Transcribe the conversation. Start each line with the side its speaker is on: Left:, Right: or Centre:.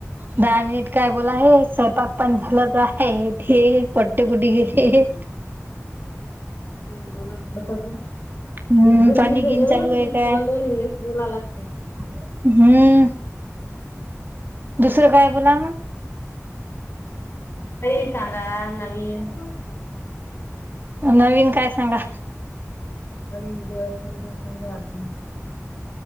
Right: दहा मिनिट काय बोला? आहे स्वयंपाक पण झालं आहे हे पटेकुट घे हे...
Left: मलासा
Right: हम्म
Left: वीस जणी
Right: पाणी
Left: सोबत
Right: गिन चालू आहे
Left: वीस
Right: काय
Left: कॉल वर हेच बोला लागते
Right: हम्म दुसरं काय? बोला मग
Left: काही सांगा नवीन
Right: नवीन काय सांगा
Left: हवी. जवसस राहाती